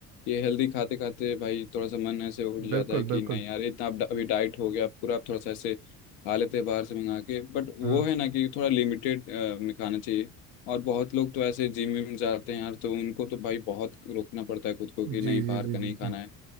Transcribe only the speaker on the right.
बिल्कुल
बिल्कुल
हाँ
जी
जी
जी
जी
जी